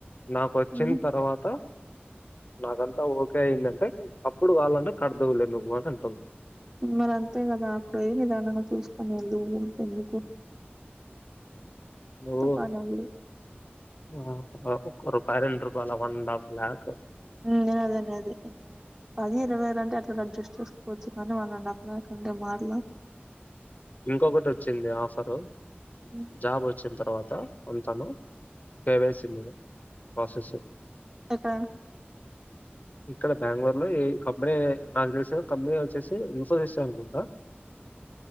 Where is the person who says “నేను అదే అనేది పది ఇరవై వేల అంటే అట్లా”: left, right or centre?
Right